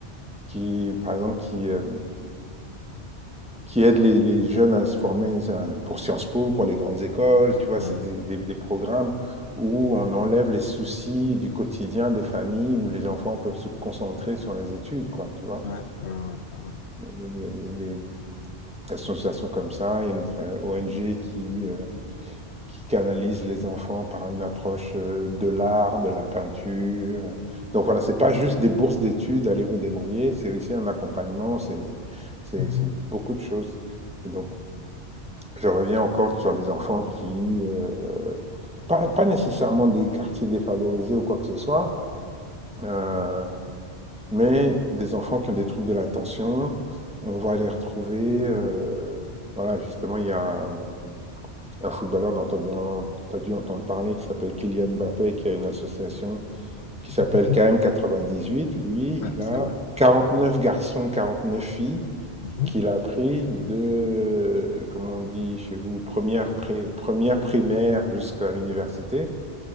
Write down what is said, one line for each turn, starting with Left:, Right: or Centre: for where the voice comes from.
Centre: qui, par exemple, qui, euh, qui aident les, les jeunes à se former ça, pour Sciences Po, pour les grandes écoles. Tu vois,
Left: ouais,
Centre: c'est des, des- des programmes où on enlève les soucis du quotidien des familles, où les enfants peuvent se concentrer sur les études, quoi, tu vois.
Left: ouais, ouais, ouais, ouais. ouais.
Centre: Il y a des, des associations comme ça, il y a notre euh, ONG qui, euh, qui canalise les enfants par une approche euh, de l'art, de la peinture. Donc voilà, c'est pas juste des bourses d'études, allez vous débrouiller, c'est aussi un accompagnement, c'est c'est-
Left: Mhm,
Centre: c'est beaucoup de choses. Et donc, je reviens encore sur des enfants qui, euh, pas, pas nécessairement des quartiers défavorisés ou quoi que ce soit, euh, mais des enfants qui ont des troubles de l'attention, on va les retrouver. euh, voilà, justement, il y a un, un footballeur dont tu as dû entendre parler qui s'appelle Kylian Mbappé, qui a une association
Left: mhm,
Centre: qui s'appelle
Left: mhm.
Centre: KM98. Lui,
Left: Ouais,
Centre: il
Left: ça,
Centre: a
Left: ouais.
Centre: 49 garçons, 49 filles
Left: Mhm.
Centre: qu'il a appris de, comme on dit chez vous, première, pri- première primaire jusqu'à l'université,